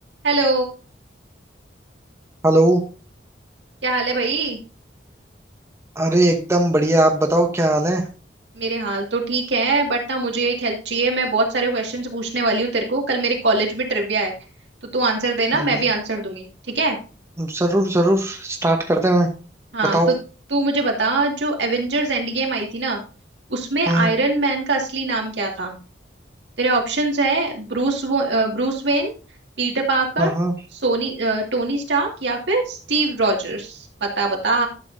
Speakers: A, on the right; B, on the right.
A: Hello
B: हेलो
A: क्या हाल है भाई
B: अरे एकदम बढ़िया आप बताओ क्या हाल है
A: मेरे हाल तो ठीक है बट ना मुझे एक हेल्प चाहिए मैं बहुत सारे क्वेश्चंस पूछने वाली हूँ तेरे को कल मेरे कॉलेज में ट्रिविया है तो तू आंसर देना
B: हम्म
A: मैं
B: हम्म,
A: भी आंसर दूंगी ठीक है
B: जरूर जरूर स्टार्ट करते हैं
A: हाँ
B: बताओ
A: तो तू मुझे बता जो एवेंजर्स एंड गेम आई थी ना उसमें आयरन
B: हम्म
A: मैन का असली नाम क्या था तेरे ऑप्शंस है Bruce Bruce Wayne Peter Parker
B: हम्म हम्म।
A: Sony Tony Stark या फिर स्टीव रॉजर्स बता बता